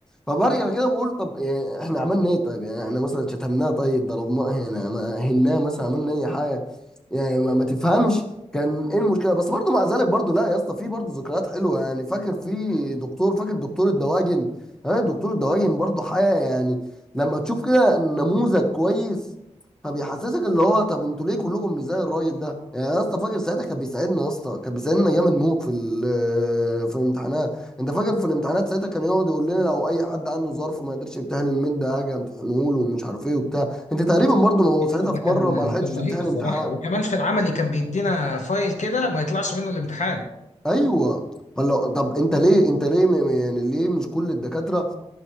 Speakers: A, in the centre; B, on the left.
A: فبرجع كده بقول طب يعني احنا عملنا ايه طيب يعني احنا مثلا شتمناه طيب ضربناه يعني ما هناه مثلا عملنا اي حاجه يعني ما, ما تفهمش كان ايه المشكله بس برضه مع ذلك برضه لا يا اسطى في برضه ذكريات حلوه يعني فاكر في دكتور فاكر دكتور الدواجن ها دكتور الدواجن برضه حاجه يعني لما تشوف كده نموذج كويس فبيحسسك اللي هو طب انتوا ليه كلكم مش زي الراجل ده يعني يا اسطى فاكر ساعتها كان بيساعدنا يا اسطى كان بيساعدنا جامد موت في ال- في الامتحانات انت فاكر في الامتحانات ساعتها كان يقعد يقول لنا لو اي حد عنده ظرف ما يقدرش يمتحن الميد ده هاجي امتحنه له ومش عارف ايه وبتاع انت تقريبا برضه ما هو ساعتها
B: ده
A: في مره
B: كان
A: ما لحقتش
B: كان
A: تمتحن
B: رهيب الصراحه
A: امتحان
B: وكمان في العملي كان بيدينا فايل كده ما يطلعش منه الامتحان
A: ايوه فلو طب انت ليه انت ليه م- م- يعني ليه مش كل الدكاتره